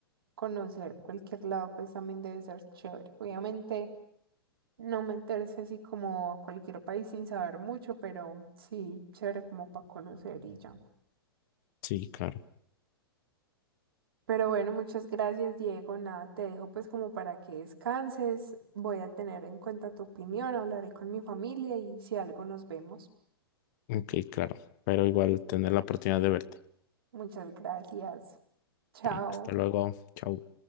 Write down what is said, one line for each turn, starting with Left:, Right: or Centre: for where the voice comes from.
Right: conocer cualquier lado pues también debe ser chévere. Obviamente no meterse así como a cualquier país sin saber mucho, pero sí, chévere como para conocer y ya.
Left: Sí, claro.
Right: Pero bueno, muchas gracias, Diego. Nada, te dejo pues como para que descanses. Voy a tener en cuenta tu opinión, hablaré con mi familia y si algo nos vemos.
Left: Ok, claro. Pero igual tener la oportunidad de verte.
Right: Muchas gracias. Chao.
Left: Ok, hasta luego. chao.